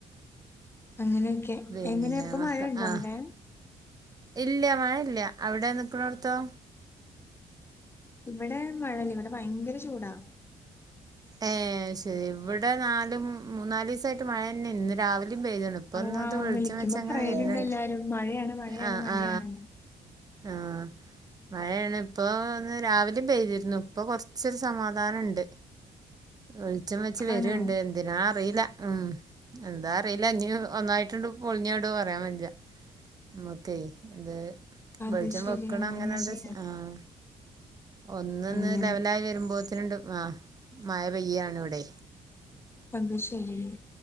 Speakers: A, on the left (about 15°); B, on the right (about 30°).
A: അങ്ങനെയൊക്കെ
B: പിന്നെ
A: എങ്ങനെ ഇപ്പൊ
B: മക്ക
A: മഴണ്ടോ
B: ആഹ്
A: അവിടെ
B: ഇല്ല മഴ ഇല്ല അവിടെ നിക്ക്ണോട്ത്തോ
A: ഇവടെ മഴയല്ല ഇവടെ ഭയങ്കര ചൂടാ
B: ഏഹ് അയ്ശരി ഇവിടെ നാലും മൂന്നാലീ സായിട്ട് മഴ യെന്നെ ഇന്ന് രാവിലെയും പെയ്ത്ണ് ഇപ്പൊ
A: ആഹ്
B: ഒന്നഅത് വെളിച്ചം
A: വിളിക്കുമ്പോ
B: വെച്ചഅങ്ങനെ
A: പറയലുണ്ട്
B: വരുന്നുണ്ട്
A: എല്ലാരും മഴയാണ് മഴയാണ്
B: ആ
A: മഴയാണ്
B: ആ ആഹ് മഴയാണ് ഇപ്പൊ ഒന്ന് രാവിലിം പെയ്തിരുന്നു ഇപ്പൊ കുറച്ചൊരു സമാധാനണ്ട് വെളിച്ചം വെച്ച് വര്ണ്ട്
A: ആണോ
B: എന്തിനാ അറീല്ല ഉം എന്താ അറീല്ല ഇഞ്ഞ് ഒന്നായിട്ടാണ്ട് പൊളിഞ്ഞാടോ പറയാൻ ബജ്ജ നമ്മക്കെ ഇത്
A: അത്
B: വെളിച്ചം
A: ശരി
B: വെക്ക്ണ
A: അങ്ങനെയല്ലേ
B: അങ്ങനെണ്ട് ആഹ് ഒന്നൊന്ന്
A: അങ്ങനെ
B: ലെവലായി വരുമ്പോത്തിനാണ്ട് ആ മഴ പെയ്യാണ് ഇവടെ
A: അത് ശരി